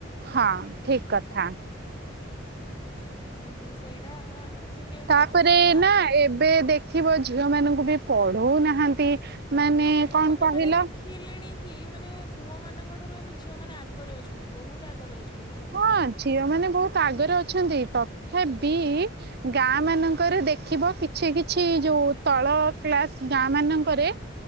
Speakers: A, on the right (about 55°); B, on the left (about 25°).
A: ହଁ, ଠିକ କଥା।
B: ଆଉ, ସେଇଟା ଟିକେ
A: ତାପରେ
B: ମାନେ ଆଜି
A: ନା, ଏବେ ଦେଖିବ ଝିଅ ମାନଙ୍କୁ ବି ପଢଉନାହାନ୍ତି। ମାନେ,
B: ଆଉ ମୁଁ
A: କଣ
B: ତ
A: କହିଲ?
B: ମାନେ ଦେଖିଲିଣି କି, ମାନେ ପୁଅ ମାନଙ୍କ ଠାରୁ ଏବେ ଝିଅ ମାନେ ଆଗରେ ଅଛନ୍ତି, ବହୁତ ଆଗରେ ଅଛନ୍ତି। ଝିଅ
A: ହଁ,
B: ମାନେ
A: ଝିଅ ମାନେ ବହୁତ ଆଗରେ ଅଛନ୍ତି, ତଥାବି ଗାଁ ମାନଙ୍କରେ ଦେଖିବ, କିଛି କିଛି ଯୋଉ ତଳ କ୍ଳାସ ଗାଁ ମାନଙ୍କରେ